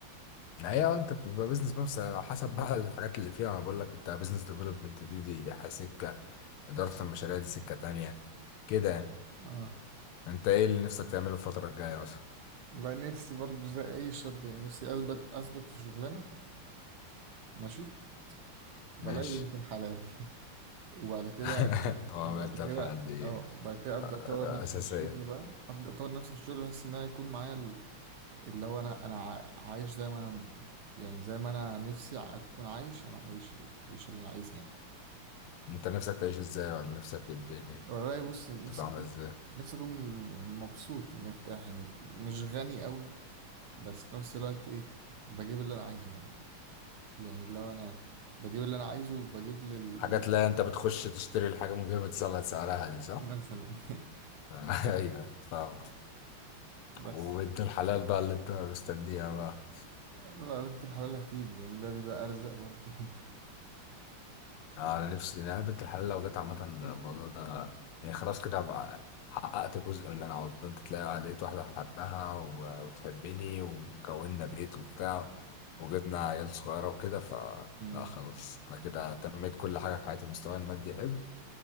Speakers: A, on the left (about 80°); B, on the right (about 65°).
A: هي اه انت بتبقى بيزنس بس على حسب بقى الحاجات اللي فيها انا بقول لك انت بيزنس ديفلوبمنت دي دي سكه اداره المشاريع دي سكه تانية كده يعني.
B: اه
A: انت ايه اللي نفسك تعمله الفتره الجايه مثلا
B: والله نفسي برضو زي اي شاب يعني نفسي اثبت اثبت في شغلانة ماشي وبلاقي
A: ماشي
B: بنت الحلال <laughs> وبعد كده
A: <laughs> اه
B: وبعد
A: قلت
B: كده
A: الحلقه دي
B: اه وبعد كده ابدا اطور
A: اساسيه
B: نفسي في الشغل بقى ابدا اطور نفسي في الشغل بحيث ان انا يكون معايا اللي هو انا انا ع- عايش زي ما انا يعني زي ما انا نفسي ع- اكون عايش انا عايش العيشه اللي انا عايزها يعني
A: انت نفسك تعيش ازاي ولا نفسك ايه الدنيا
B: والله بص نفسي
A: تبقى عامله
B: أكون-
A: ازاي
B: نفسي اكون مبسوط يعني مرتاح يعني مش غني قوي بس في نفس الوقت ايه بجيب اللي انا عايزه يعني يعني لو انا بجيب اللي انا عايزه وبجيب لل
A: حاجات لا انت بتخش تشتري الحاجه من غير ما تسأل سعرها دي صح
B: مثلا <laughs>
A: <laughs> ايوه فاهم
B: بس
A: وانت الحلال بقى اللي انت مستنيها بقى
B: يعني لو بنت الحلال هتيجي يعني ده بيبقى ارزق برضه يعني
A: انا نفسي إن انا بنت الحلال لو جت عامه الموضوع ده يعني خلاص كده هبقى حققت جزء من اللي انا عاوزه انت تلاقي لقيت واحده حبها و- وتحبني وكوننا بيت وبتاع وجبنا عيال صغيره وكده ف
B: مم.
A: لا خلاص انا كده تنميت كل حاجه في حياتي ومستواي المادي يحب